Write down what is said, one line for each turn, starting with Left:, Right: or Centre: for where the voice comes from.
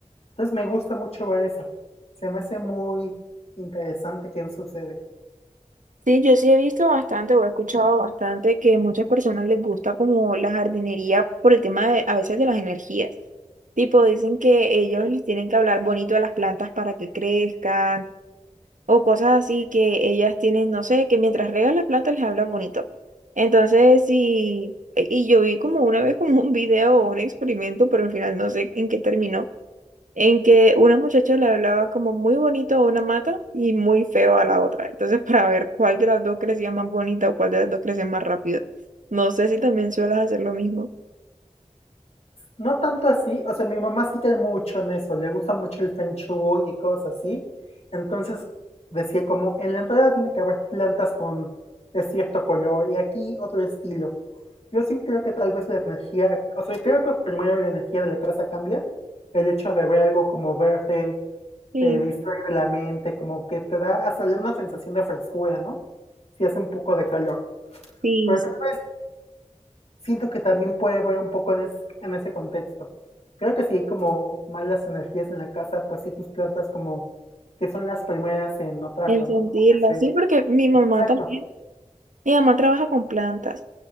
Left: Entonces me gusta mucho ver eso. Se me hace muy interesante qué sucede.
Right: Sí, yo sí he visto bastante o he escuchado bastante que muchas personas les gusta como la jardinería por el tema de, a veces de las energías. Tipo, dicen que ellos les tienen que hablar bonito a las plantas para que crezcan o cosas así que ellas tienen, no sé, que mientras riegan las plantas les hablan bonito. Entonces, sí, y yo vi como una vez como un video o un experimento, pero al final no sé en qué terminó en que una muchacha le hablaba como muy bonito a una mata y muy feo a la otra. Entonces, <laughs> para ver cuál de las dos crecía más bonita o cuál de las dos crecía más rápido. No sé si también sueles hacer lo mismo.
Left: No tanto así, o sea, mi mamá sí cae mucho en eso, le gusta mucho el feng shui y cosas así. Entonces decía como, en la entrada tiene que haber plantas con de cierto color y aquí otro estilo. Yo sí creo que tal vez la energía, o sea, creo que primero la energía de la casa cambia, el hecho de ver algo como verde
Right: Sí,
Left: te distrae de la mente, como que te da hasta una sensación de frescura, ¿no? Si hace un poco de calor.
Right: sí,
Left: Pero tal vez siento que también puede ver un poco en, es- en ese contexto. Creo que si hay como malas energías en la casa, pues sí tus plantas como que son las primeras en notarlo,
Right: en sentirla.
Left: ¿no? Como que se...
Right: Sí, porque mi mamá
Left: Exacto,
Right: también, mi mamá trabaja con plantas